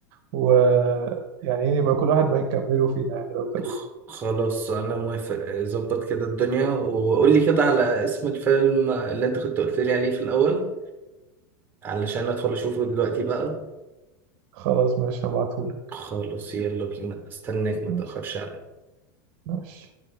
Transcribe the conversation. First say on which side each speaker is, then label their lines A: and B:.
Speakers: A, on the right (about 50°); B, on the right (about 15°).
A: و يعني ايه يبقى كل واحد بقى يكمله فينا يعني لو تقابل
B: خ- خلاص انا موافق آه، ظبط كده الدنيا وقول لي كده على اسم الفيلم اللي انت كنت قلت لي عليه في الاول علشان ادخل اشوفه دلوقتي بقى
A: خلاص ماشي هبعتهولك
B: خلاص يلا بينا استناك ما
A: ماشي
B: تاخرش عليا
A: ماشي